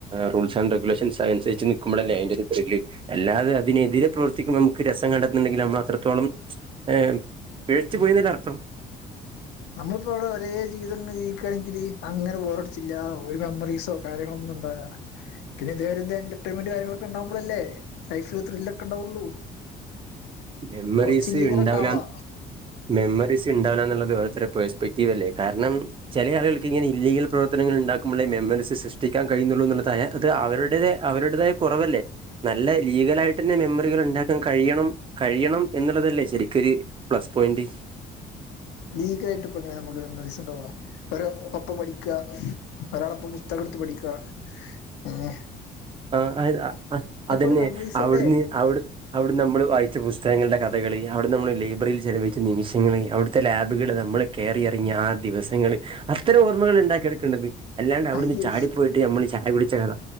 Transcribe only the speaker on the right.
റൂൾസ് ആൻ റെഗുലേഷൻസ് അനുസരിച്ച് നൽക്കുമ്പളല്ലെ അതിൻ്റെ ഒരു ത്രില്ല്. അല്ലാതെ അതിനെതിരെ പ്രവർത്തിക്കുമ്പൊ നമുക്ക് രസം കണ്ടെത്തുന്ന്ണ്ടെങ്കിൽ നമ്മളത്രത്തോളം ഏ പിഴിച്ചു പോയിന്നല്ലേ അർത്ഥം.
മെമ്മറീസ്
ഉണ്ടാവില്ല
മെമ്മറീസ് ഇണ്ടാവൂലാന്ന്ള്ളത് ഓരോര്ത്തരെ പേഴ്സ്പെക്റ്റീവ് അല്ലേ കാരണം ചെലേ ആളുകൾക്ക് ഇങ്ങനെ ഇല്ലീഗൽ പ്രവർത്തനങ്ങൾ ഇണ്ടാക്കുമ്പളേ മെമ്മറിസ് സൃ്ടിക്കാൻ കഴിയുന്നുള്ളൂ എന്നുള്ളതായ അത് അവരുടേത് അവരുടേതായ കൊറവല്ലേ നല്ല ലീഗലായി ട്ടെന്നെ മെമ്മറികൾ ഉണ്ടാക്കാൻ കഴിയണം കഴിയണം എന്നുള്ളതല്ലേ ശരിക്കൊര് പ്ലസ് പോയന്റ്
ആഹ് അ അതന്നെ
അവിടുന്ന്
അവിട് അവിട്ന്ന് നമ്മൾ വായിച്ച പുസ്തകങ്ങളുടെ കഥകള് അവിട്ന്നമ്മള് ലൈബ്രറില് ചെലവഴിച്ച നിമിഷങ്ങള് അവിട്ത്തെ ലാബുകള് നമ്മള് കേറിയിറങ്ങിയ ആഹ് ദിവസങ്ങള്, അത്തരം ഓർമ്മകൾ ഉണ്ടാക്കി എടുക്കേണ്ടത്. അല്ലാണ്ട് അവിടുന്ന്
ചാടിപ്പോയിട്ട് നമ്മള് ചായ കുടിച്ച കഥ